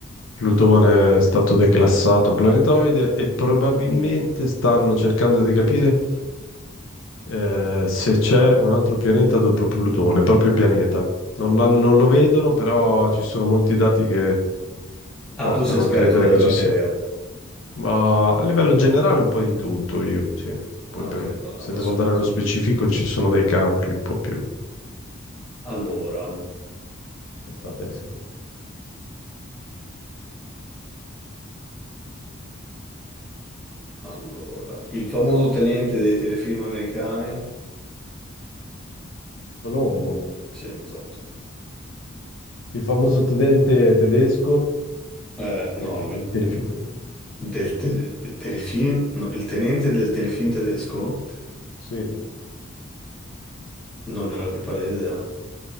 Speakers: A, on the left; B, in the centre.
A: Plutone è stato declassato planetoide e probabilmente
B: Mm.
A: stanno cercando di capire eh, se c'è un altro pianeta dopo Plutone, proprio pianeta. Non, l'han- non lo vedono, però ci sono molti dati che
B: Ah,
A: portano
B: tu sei esperto
A: a credere
B: della
A: che
B: materia.
A: ci sia. Ma a livello
B: Appa-
A: generale un po' di tutto io, sì. Poi
B: ah,
A: per-
B: ok, app-
A: se
B: appassionato.
A: devo andare nello specifico ci sono dei campi un po' più...
B: Allora,
A: State, sì.
B: allora, il famoso tenente dei telefilm americani.
A: Colombo,
B: Sì, esatto.
A: il famoso tenente tedesco
B: Eh, no,
A: dei, fi-
B: non mi-
A: dei telefilm.
B: del, te- del telefilm, no, il tenente del telefilm tedesco?
A: Sì,
B: Non ne ho la più pallida idea.